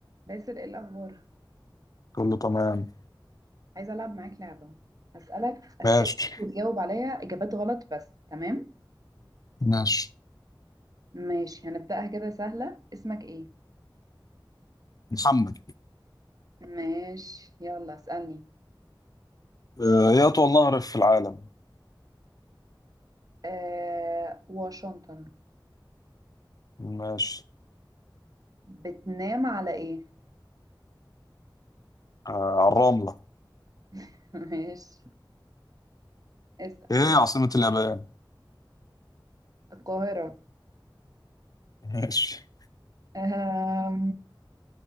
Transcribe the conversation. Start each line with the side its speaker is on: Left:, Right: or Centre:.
Right: باسل ايه الاخبار
Left: كله تمام
Right: عايزه العب معاك لعبه هسالك اسئله
Left: ماشي
Right: وتجاوب عليا اجابات غلط بس تمام
Left: ماشي
Right: ماشي هنبداها كده سهله اسمك ايه
Left: محمد
Right: ماشي يلا اسالني
Left: آه، ايه اطول نهر في العالم
Right: آه واشنطن
Left: ماشي
Right: بتنام على ايه
Left: آه، على الرملة
Right: <laughs> ماشي اسال
Left: ايه عاصمة اليابان
Right: القاهره
Left: ماشي
Right: آه